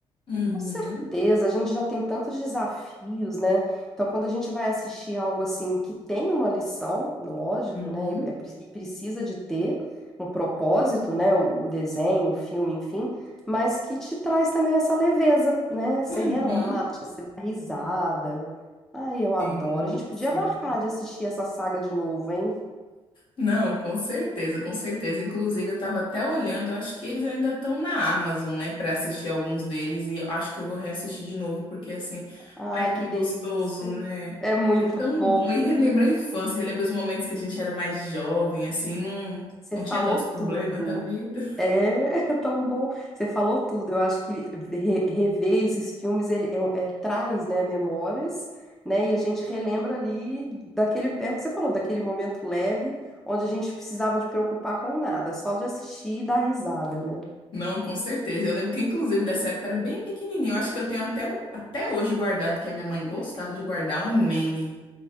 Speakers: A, on the left (about 55°); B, in the centre.
A: Uhum,
B: Com certeza, a gente já tem tantos desafios, né? Então, quando a gente vai assistir algo assim que tem uma lição, lógico,
A: uhum,
B: né? E, é pre- e precisa de ter um propósito, né? O, o desenho, o filme, enfim, mas que te traz também essa leveza, né? Você
A: uhum.
B: relaxa, você dá risada.
A: É,
B: Ai, eu adoro.
A: Sim,
B: A gente podia
A: sim.
B: marcar de assistir essa saga de novo, hein?
A: Não, com certeza, com certeza. Inclusive, eu estava até olhando, eu acho que eles ainda estão na Amazon, né, para assistir alguns deles, e eu acho que eu vou reassistir de novo, porque assim,
B: Ai,
A: ai, tão
B: que delícia.
A: gostoso, né?
B: É muito
A: É tão
B: bom.
A: bom e relembra a infância, relembra os momentos que a gente era mais jovem, assim, não,
B: Você
A: não
B: falou
A: tinha tantos problemas
B: tudo.
A: na vida.
B: É <laughs> tão bom. Você falou tudo. Eu acho que re- rever esses filmes ele é, é- traz, né, memórias, né? E a gente relembra ali daquele, é o que você falou, daquele momento leve onde a gente precisava de preocupar com nada, só de assistir e dar risada, né?
A: Não, com certeza. Eu lembro que, inclusive, dessa época eu era bem pequenininho. Eu acho que eu tenho até, um, até hoje guardado, que a minha mãe gostava de guardar um Manny,